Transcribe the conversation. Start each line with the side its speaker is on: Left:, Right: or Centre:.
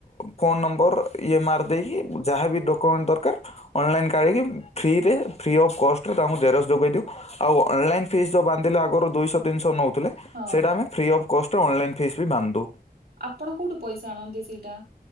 Left: ଫୋନ ନମ୍ବର ଇଏମ୍ ଆର୍ ଦେଇକି ଯାହାବି ଦକୋମେଣ୍ଟ ଦ କର ଅନଲାଇନ କାଢିକି ଫ୍ରୀରେ ଫି ଅଫ କଷ୍ଟରେ ତାଙ୍କୁ ଜେରସ ଯୋଗେଇ ଦଉ ଆଉ ଅନଲାଇନ ଫିସ୍ ଯୋଉ ବାନ୍ଧିଲେ ଆଗରୁ ଦୁଇଶହ ତିନିଶହ ନଉ
Right: ହଁ
Left: ସେଇଟା ଆମେ ଫ୍ରି ଅଫ୍ କଷ୍ଟରେ ଅନଲାଇନ୍ ଫିସ୍ ବି ବାନ୍ଧୁ।
Right: ଆପଣ କୋଉଠୁ ପଇସା ଆଣନ୍ତି ସେଇଟା,